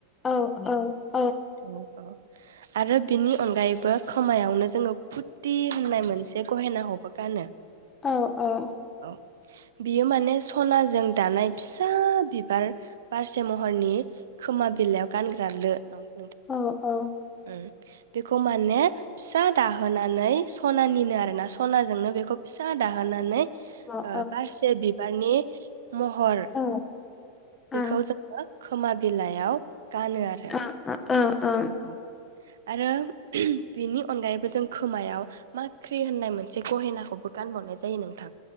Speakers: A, on the left; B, on the right.
A: औ औ
B: औ औ आरो बिनि अनगायैबो खोमायावनो जोङो फुथि होननाय मोनसे गहेनाखौबो गानो।
A: औ औ
B: औ बियो माने सनाजों दानाय फिसा बिबार बारसे महरनि खोमा बिलाइयाव गानग्रा लो नं
A: औ औ
B: ओम बेखौ माने फिसा दाहोनानै सनानिनो आरोना सनाजोंनो बेखौ फिसा दाहोनानै ओ
A: औ
B: बारसे बिबारनि महर
A: औ आ
B: बेखौ जोङो खोमा बिलाइयाव गानो आरो
A: आ आ आ आ
B: औ औ। आरो बिनि अनगायैबो जों खोमायाव माख्रि होननाय मोनसे गहेनाखौबो गानबावनाय जायो नोंथां।